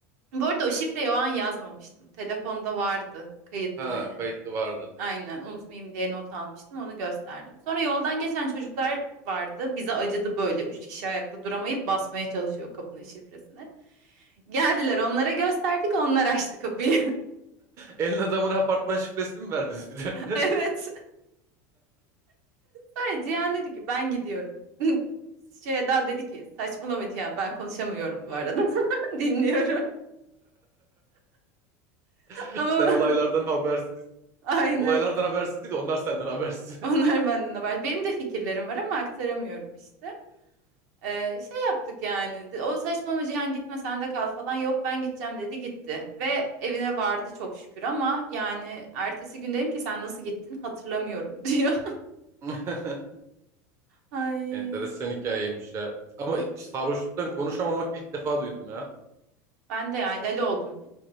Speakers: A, on the right (about 70°); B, on the right (about 30°).
A: Bu arada o şifreyi o an yazmamıştım. Telefonda vardı kayıtlı
B: Ha
A: hani.
B: kayıtlı vardı.
A: Aynen unutmayayım diye not almıştım onu gösterdim. Sonra yoldan geçen çocuklar vardı. Bize acıdı böyle üç kişi ayakta duramayıp basmaya çalışıyor kapının şifresini. Geldiler onlara gösterdik onlar açtı kapıyı.
B: Elin adamına apartman şifresini mi verdiniz bir
A: <laughs>
B: de?
A: Evet. Sonra Cihan dedi ki ben gidiyorum. <laughs> Şey Eda dedi ki saçmalama Cihan ben konuşamıyorum bu arada. <laughs> Dinliyorum.
B: <laughs>
A: Ama
B: Sen olaylardan
A: <laughs>
B: habersiz.
A: aynen.
B: Olaylardan habersiz değil de onlar senden habersiz.
A: Onlar benden haber. Benim de fikirlerim var ama aktaramıyorum işte. Ee, şey yaptık yani. O saçmalama Cihan gitme sen de kal falan. Yok ben gideceğim dedi gitti. Ve evine vardı çok şükür ama yani ertesi gün dedim ki sen nasıl gittin hatırlamıyorum <laughs> diyor.
B: <laughs>
A: Ay
B: Enteresan hikayeymiş ya. Ama sarhoşluktan konuşamamak ilk defa duydum ya.
A: ben de ya lale oldum ya